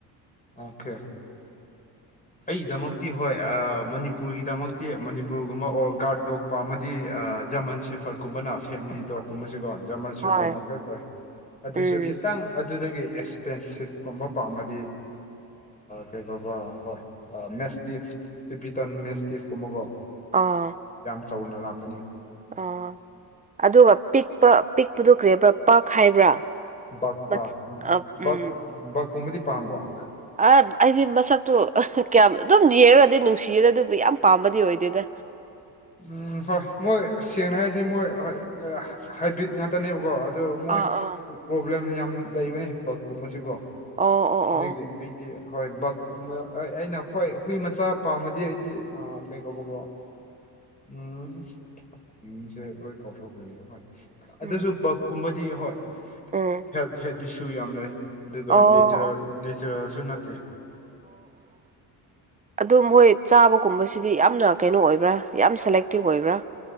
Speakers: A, on the left; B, on the right.
A: ꯑꯣꯀꯦ ꯑꯩꯗꯃꯛꯇꯤ ꯍꯣꯏ ꯑꯥ ꯃꯅꯤꯄꯨꯔ ꯃꯅꯤꯄꯨꯔꯒꯤꯗꯃꯛꯇꯤ ꯃꯅꯤꯄꯨꯔꯒꯨꯝꯕ ꯑꯣꯔ ꯒꯥꯔꯗ ꯗꯣꯛ ꯄꯥꯝꯃꯗꯤ ꯖꯃꯟ ꯁꯦꯐꯔ ꯀꯨꯝꯕꯅ ꯐꯦꯝꯅꯤꯗꯣ <unintelligible> ꯖꯔꯃꯟ ꯁꯦꯐꯔꯅ
B: ꯍꯣꯏ
A: ꯈ꯭ꯋꯥꯏ ꯐꯩ ꯑꯗꯨꯁꯨ
B: ꯎꯝ
A: ꯈꯤꯇꯪ ꯑꯗꯨꯗꯒꯤ ꯑꯦꯛꯁꯄꯦꯟꯁꯤꯞ ꯀꯨꯝꯕ ꯄꯥꯝꯃꯗꯤ ꯍꯥꯏꯗꯤ ꯀꯩꯕ ꯍꯣꯏ ꯃꯦꯁꯇꯤꯞ ꯇꯤꯚꯤꯇꯟ ꯃꯦꯁꯇꯤꯐ ꯀꯨꯝꯕꯀꯣ
B: ꯑꯥ
A: ꯆꯥꯎꯅ ꯂꯥꯛꯀꯅꯤ
B: ꯑ ꯑꯗꯨꯒ ꯄꯤꯛꯄ ꯄꯤꯛꯄꯗꯨ ꯀꯔꯤ ꯍꯥꯏꯕ꯭ꯔꯥ ꯄꯥꯛ ꯍꯥꯏꯕ꯭ꯔꯥ
A: ꯕꯛ
B: ꯃꯆ
A: ꯑ
B: ꯑ
A: ꯕꯛ
B: ꯎꯝ
A: ꯕꯛ ꯀꯨꯝꯕꯗꯤ ꯄꯥꯝꯕꯔꯣ
B: ꯑ ꯑꯩꯗꯤ ꯃꯁꯛꯇꯣ ꯀꯌꯥꯝ ꯑꯗꯨꯝ ꯌꯦꯡꯔꯗꯤ ꯅꯨꯡꯁꯤꯗ ꯑꯗꯨꯕꯨ ꯌꯥꯝ ꯄꯥꯝꯕꯗꯤ ꯑꯣꯏꯗꯦꯗ
A: <inaudible> ꯎꯝ ꯍꯣꯏ ꯃꯣꯏ ꯁꯦꯡꯅ ꯍꯥꯏꯔꯗꯤ ꯃꯣꯏ ꯍꯣꯏ ꯍꯥꯏꯕ꯭ꯔꯤꯠ ꯉꯥꯛꯇꯅꯦꯕꯀꯣ ꯑꯗꯣ ꯃꯣꯏ
B: ꯑꯥ ꯑꯥ
A: ꯄ꯭ꯔꯣꯕ꯭ꯂꯦꯝ ꯌꯥꯝ ꯂꯩꯕꯅꯦ ꯕꯛꯀꯨꯝꯕꯁꯤꯀꯣ
B: ꯑꯣ ꯑꯣ
A: ꯑꯗꯨꯒꯤ
B: ꯑꯣ ꯑꯣ
A: ꯑꯩꯗꯤ ꯍꯣꯏ ꯕꯛꯀꯨꯝꯕ ꯑꯩꯅ ꯈ꯭ꯋꯥꯏ ꯍꯨꯏ ꯃꯆꯥ ꯄꯥꯝꯃꯥꯗꯤ ꯑꯩꯗꯤ ꯀꯩ ꯀꯧꯕꯀꯣ ꯎꯝ ꯃꯤꯡꯁꯦ ꯂꯣꯏ ꯀꯥꯎꯊꯣꯛꯀꯅꯤ ꯍꯣꯏ
B: ꯎꯝ
A: ꯑꯗꯨꯁꯨ ꯕꯛꯀꯨꯝꯕꯗꯤ ꯗꯤ ꯍꯣꯏ
B: ꯎꯝ
A: ꯍꯦꯜꯗ ꯍꯦꯜꯗ ꯏꯁꯨ ꯌꯥꯝ ꯂꯩ ꯑꯗꯨꯒ
B: ꯑꯣ
A: ꯅꯦꯆꯔꯦꯜ
B: ꯑꯣ
A: ꯅꯦꯆꯔꯦꯜꯁꯨ ꯅꯠ
B: ꯑꯗꯣ ꯃꯣꯏ ꯆꯥꯕꯒꯨꯝꯕꯁꯤꯗꯤ ꯌꯥꯝꯅ ꯀꯩꯅꯣ ꯑꯣꯏꯕ꯭ꯔꯥ ꯌꯥꯝ ꯁꯦꯂꯦꯛꯇꯤꯞ ꯑꯣꯏꯕ꯭ꯔꯥ